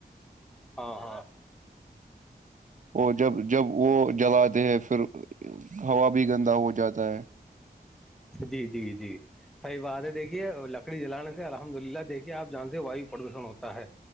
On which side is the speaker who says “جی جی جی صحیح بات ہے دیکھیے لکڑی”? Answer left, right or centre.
Centre